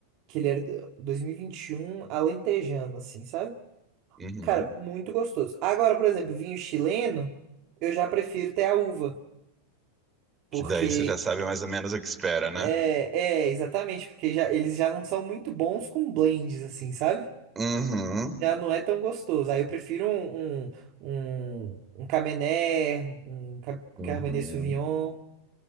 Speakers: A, on the right; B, on the right.
A: que ele era do- 2021 alentejano assim, sabe?
B: Uhum.
A: Cara, muito gostoso. Agora, por exemplo, vinho chileno, eu já prefiro ter a uva, porque
B: Que daí você já sabe mais ou menos o que espera, né?
A: é, é exatamente, porque já eles já não são muito bons com blends assim, sabe?
B: Uhum,
A: já não é tão gostoso. Aí eu prefiro um, um, um, um Cabernet, um Ca-
B: uhum.
A: Cabernet Sauvignon.